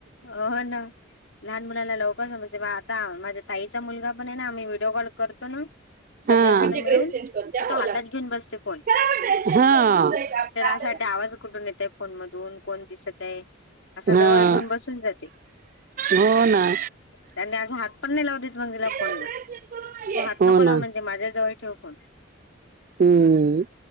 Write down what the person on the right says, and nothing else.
हां. मीचे
ड्रेस चेंज करते
हां
ओला.
चला आपण ड्रेस चेंज करून हां. घेऊ हा जायचं आपला
अभ्यास
हां,
हो ना.
ये
ना ड्रेस चेंज करून ना
ये.
हो
ना.
हं.